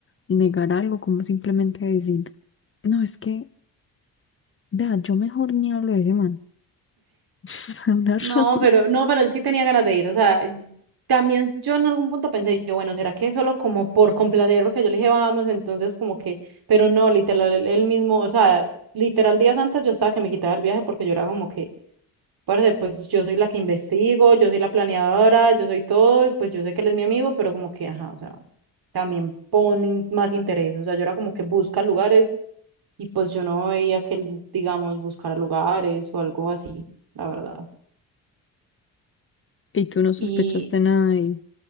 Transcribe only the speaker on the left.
negar algo, cómo simplemente decir, no, es que, vea, yo mejor ni hablo de ese man, <laughs> Me da una
rabia.
Y tú no sospechaste
nada y,